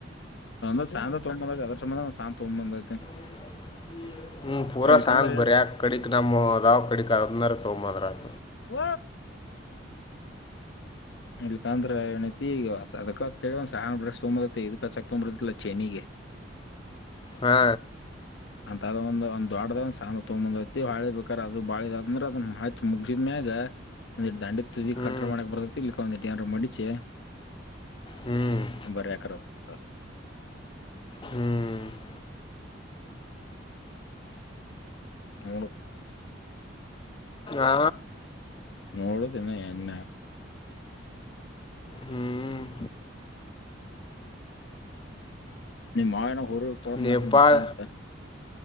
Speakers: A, on the left; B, on the left.
A: <unintelligible>
B: <unintelligible>
A: ಇಲ್ಲಿಕಂದ್ರ ಏನ್ ಹೂ. ಇಕಂದ್ರ ಏನತಿ ಈಗ ಅದಕ ಒಂದ ಸ ತುಂಬತಿ ಇದ ಕಚ್ಚಕ್ ತುಂಬ್ರತ್ತಲ್ಲ ಚಿನ್ಗಿ
B: ಹಾ.
A: ಅಂತದ ಒಂದು ಒಂದ್ ದೊಡ್ದ ಒಂದ ಸಣ್ಣದು ತಗಐತಿ ಬಾಳಿ ಬೇಕಾದ ಅ್ರ ಬಾಳಂದ್ರೆ ಅದನ್ನ ಹಚ್ಚಿ ಮುಗಸಿದ್ಮ್ಯಾಗ ಒ ದಂಡಿ ತುದಿಗಿ
B: ಹ್ಞೂ
A: ಕೆ ಮಾಡಕ್ ಬರುತ್ತೆ ಇಲ್ಲಿಕ್ಕ ಯನ್ರಾ ಮಡಿಚಿ.
B: ಹ್ಞೂ
A: <unintelligible>
B: ಹ್ಞೂ
A: <unintelligible>
B: ಆ
A: ನೋಡುದಿನ ಎನ್
B: ಹ್ಮ್
A: ನಿಮ್ಮ <inaudible> ಅವ ಕೊಳ
B: ನೇಪಾಳ
A: ತಾತ <inaudible>